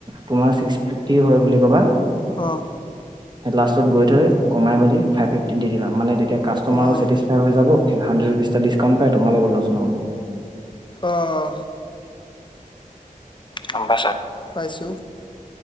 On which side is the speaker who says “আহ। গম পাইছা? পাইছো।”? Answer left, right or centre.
Left